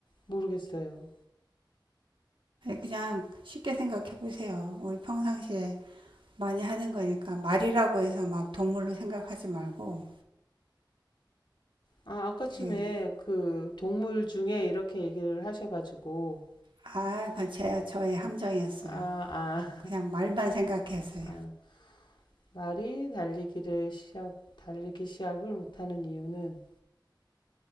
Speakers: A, on the left (about 70°); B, on the right (about 85°).
A: 모르겠어요.
B: 그냥 쉽게 생각해 보세요. 우리 평상시에 많이 하는 거니까 말이라고 해서 막 동물로 생각하지 말고
A: 아 아까쯤에
B: 이게
A: 그 동물 중에 이렇게 얘기를 하셔가지고
B: 아, 그건 제 저의 함정이었어요.
A: 아아 아,
B: 그냥 말만 생각했어요.
A: 아, 말이 달리기를 시합 달리기 시합을 못하는 이유는